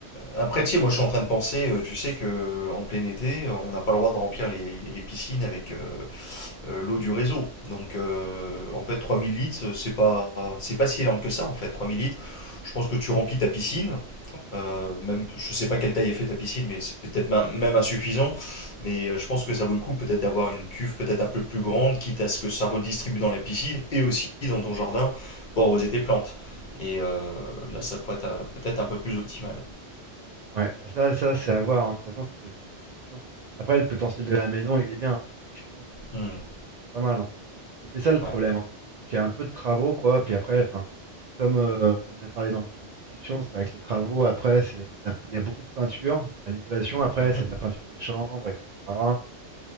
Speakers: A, on the left; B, on the right.
A: après, tu sais, moi, je suis en train de penser, euh, tu sais que en plein été, on n'a pas le droit de remplir les, les piscines avec euh, euh, l'eau du réseau. Donc euh, en fait 3000 litres, euh, c'est pas c'est pas si énorme que ça en fait. trois mille litres, je pense que tu remplis ta piscine, euh, même je sais pas quelle taille est faite ta piscine, mais c'est peut-être ma- même insuffisant. Mais euh, je pense que ça vaut le coup peut-être d'avoir une cuve peut-être un peu plus grande, quitte à ce que ça redistribue dans la piscine et aussi dans ton jardin pour arroser tes plantes. Et euh, là, ça pourrait être euh, peut-être un peu plus optimal.
B: quoi. Ouais, bah ça, ça c'est à voir. hein. De toute façon, ça, c'est des discussions. Après, le potentiel de la maison, il est bien. hein. Franchement, c'est, euh,
A: Hmm,
B: je pense que c'est pas mal. hein. Mais c'est ça le
A: Ouais.
B: problème. hein. Donc, il y a un peu de travaux, quoi. Puis après, enfin, comme euh, on en a parlé dans une autre discussion, c'est vrai que les travaux, après, c'est de la- il y a beaucoup de peinture. Bah, l'isolation, après,
A: Mhm.
B: c'est de la peinture des chambres, etc.